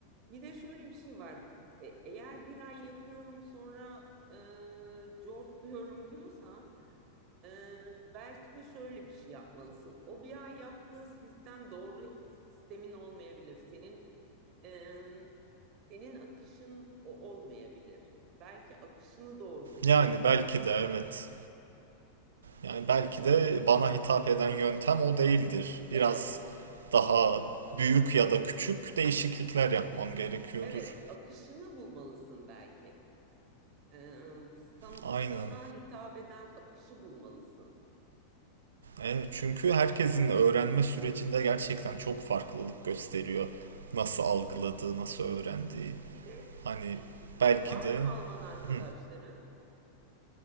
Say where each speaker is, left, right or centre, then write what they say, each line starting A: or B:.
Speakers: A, on the right; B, on the right.
A: Bir de şöyle bir şey var. E, eğer bir ay yapıyorum sonra e, cortluyorum diyorsan e, belki de şöyle bir şey yapmalısın. O bir ay yaptığın sistem doğru sistemin olmayabilir. Senin Ee, senin akışın o olmayabilir. Belki akışını doğru seçemiyor
B: Yani belki
A: olabilirsin.
B: de evet. Yani belki de bana hitap eden yöntem o değildir. Biraz
A: Evet,
B: daha büyük ya da küçük değişiklikler yapmam gerekiyordur.
A: evet, akışını bulmalısın belki. Ee, san-
B: Aynen.
A: sana hitap eden akışı bulmalısın.
B: Evet, çünkü herkesin öğrenme sürecinde gerçekten çok farklılık gösteriyor. Nasıl algıladığı, nasıl öğrendiği.
A: Bir de
B: Hani
A: a-
B: belki
A: var
B: de
A: mı Alman arkadaşların?
B: Hı.